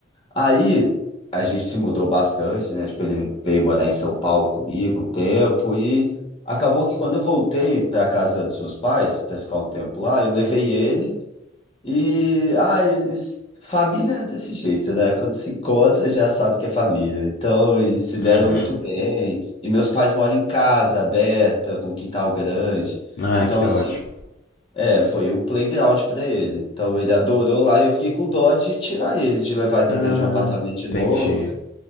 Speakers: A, on the left; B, on the left.
A: Aí a gente se mudou bastante, né? Tipo, ele veio morar em São Paulo comigo um tempo e acabou que quando eu voltei para casa dos meus pais, para ficar um tempo lá, eu levei ele. E, ah, eles. Família é desse jeito, né? Quando se encontra, já sabe que é família. Então, eles se deram
B: uhum.
A: muito bem. E meus pais moram em casa aberta, com quintal grande.
B: Ah,
A: Então,
B: que
A: assim,
B: ótimo.
A: é, foi um playground para ele. Então, ele adorou lá e eu fiquei com dó de tirar ele, de levar ele para
B: Ah,
A: dentro de um apartamento de
B: entendi.
A: novo.